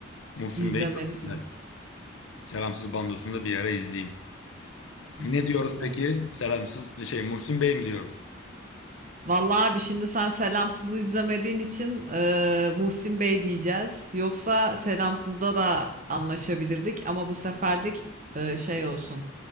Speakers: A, on the left; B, on the right.
A: Muhsin
B: izlemelisin.
A: Bey çok güzel. Selamsız Bandos'unu da bir ara izleyeyim.
B: İzle
A: Ne diyoruz
B: izle.
A: peki? Selamsız şey Muhsin Bey mi diyoruz?
B: Vallahi abi şimdi sen Selamsız'ı izlemediğin için e, Muhsin Bey diyeceğiz. Yoksa Selamsız'da da anlaşabilirdik ama bu seferlik e, şey olsun.